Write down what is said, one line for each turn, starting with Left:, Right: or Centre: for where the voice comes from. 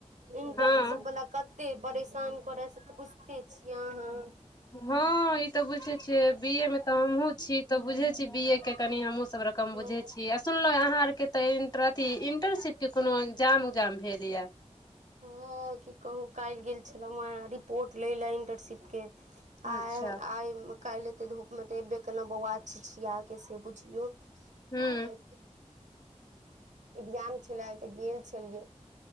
Right: इंट्रनशिप
Left: हँ
Right: वला कते परेशान करे से तऽ बुझते छियै अहाँ
Left: हाँ ई तऽ बुझे छियै बीए मे तऽ हमहहुँ छी तऽ बुझे छी बी ए के कनि हमूँ सब रकम
Right: हँ
Left: बुझे छी सुनलउहे आहाँ आर के त इंटर इंटर्नशिप के कोनो ए्गजाम जाम भेलया
Right: हाँ की कहूँ काल्हि गेल छलहुँ ये रिपोर्ट लै लए इंटर्नशिपके आ
Left: अच्छा
Right: आ काल ऐते धूपमेत ऐबे केलु है बौआ छीछीयिके से बुझलु
Left: हूँ
Right: आइ ए्गजाम छल आ तऽ गेल छलियै